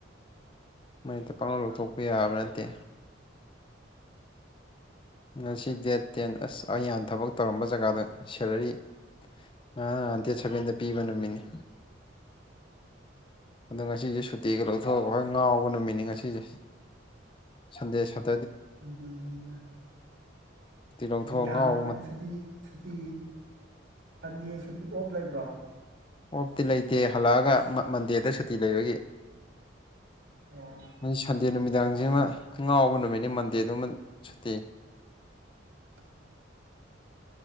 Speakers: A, on the left; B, on the right.
A: ꯃꯣ ꯍꯦꯛꯇ ꯄꯪꯂꯧ ꯂꯧꯊꯣꯛꯄ ꯌꯥꯕ ꯅꯠꯇꯦ ꯉꯁꯤ ꯗꯦꯠ ꯇꯦꯟ ꯑꯁ ꯑꯩ ꯍꯥꯟ ꯊꯕꯛ ꯇꯧꯔꯝꯕ ꯖꯒꯥꯗ ꯁꯦꯂꯔꯤ ꯉꯔꯥꯡ ꯉꯥꯍꯥꯟ ꯗꯦꯠ ꯁꯚꯦꯟꯗ ꯄꯤꯕ ꯅꯨꯃꯤꯠꯅꯤ ꯑꯗꯣ ꯉꯁꯤꯖꯦ ꯁꯨꯇꯤꯒ ꯂꯧꯊꯣꯛꯑꯒ ꯈꯣꯏ ꯉꯥꯎꯕ ꯅꯨꯃꯤꯠꯅꯤ ꯉꯁꯤꯖꯦ ꯁꯟꯗꯦ ꯁꯪ
B: ꯁꯟꯗꯦꯅꯤꯅ
A: ꯂꯧꯊꯣꯛꯑꯒ
B: ꯁꯨꯇꯤ ꯊꯥꯕꯅꯤꯅ
A: ꯉꯥꯎꯕ
B: ꯁꯨꯇꯤ ꯁꯨꯇꯤ ꯁꯟꯗꯦ ꯁꯨꯇꯤ ꯑꯣꯐ ꯂꯩꯕ꯭ꯔꯣ
A: ꯑꯣꯞꯇꯤ ꯂꯩꯇꯦ ꯍꯜꯂꯛꯑꯒ ꯃꯟꯗꯦꯗ ꯁꯨꯇꯤ ꯂꯩꯕꯒꯤ
B: ꯑꯣ
A: ꯁꯟꯗꯦ ꯅꯨꯃꯤꯗꯥꯡꯖꯤꯃꯥ ꯉꯥꯎꯕ ꯅꯨꯃꯤꯠꯅꯤ ꯃꯟꯗꯦꯗꯨꯃ ꯁꯨꯇꯤ
B: <inaudible>